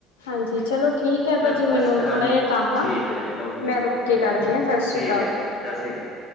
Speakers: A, on the left; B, on the left.
A: ਹਾਂਜੀ ਚਲੋ ਠੀਕ ਹੈ ਭਾਅ
B: ਚਲ
A: ਜੀ ਮੈਨੂੰ
B: ਅੱਛਾ
A: ਥੋੜ੍ਹਾ
B: ਹਾਂਜੀ,
A: ਜਿਹਾ ਕੰਮ ਆ
B: ਠੀਕ ਏ ਜੀ ਓਕੇ
A: ਮੈਂ
B: ਜੀ
A: ਰੁਕ
B: ਓਕੇ,
A: ਕੇ ਕਰਦੀ ਹਾਂ ਸਤਿ ਸ਼੍ਰੀ
B: ਠੀਕ
A: ਅਕਾਲ
B: ਏ ਜੀ। ਸਾਸਿ ਕਾਲ।